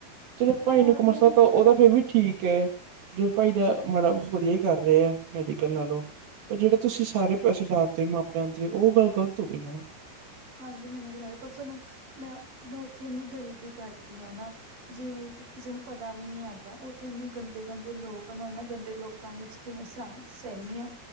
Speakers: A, on the right (about 70°); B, on the right (about 55°).
A: ਚਲੋ
B: ਕਿਉਂਕਿ
A: ਭਾਈ
B: ਮੈਂ
A: ਨੂੰ ਕਮਰਸ
B: ਮੇਰੇ
A: ਦਿਲਾਤਾ ਉਹ
B: ਕਦੇ
A: ਫੇਰ ਵੀ ਠੀਕ ਹੈ। ਜੇ ਭਾਈ ਤਾਂ ਮਾੜਾ ਕੁਛ ਵਧੀਆ ਹੀ ਕਰ ਰਿਹੇ ਆ ਮੈਡੀਕਲ ਨਾਲੋਂ। ਪਰ ਜਿਹੜੇ ਤੁਸੀਂ ਸਾਰੇ ਪੈਸੇ ਲਾਤੇ ਮਾਪਿਆਂ ਦੇ ਉਹ ਗੱਲ ਗ਼ਲਤ ਹੋ ਗਈ ਨਾ।
B: ਹਾਂਜੀ ਮੈਨੂੰ ਵੀ ਲੱਗਦਾ ਪਤਾ ਤੁੈਨੂੰ ਮੈਂ ਮੈਂ ਉੱਥੇ ਇੰਨੀ ਗਰੀਬੀ ਕੱਟਦੀ ਹਾਂ ਨਾ। ਜਿਵੇਂ ਕਿ ਕਿਸੇ ਨੂੰ ਪਤਾ ਵੀ ਨੀ ਹੈਗਾ ਉੱਥੇ ਇੰਨੇ ਗੰਦੇ-ਗੰਦੇ ਲੋਕ ਆ। ਮੈਂ ਉਹਨਾ ਗੰਦੇ ਲੋਕ ਲੋਕਾਂ ਵਿੱਚ ਕਿਵੇਂ ਸਾ ਸਹਿਣੀ ਆ।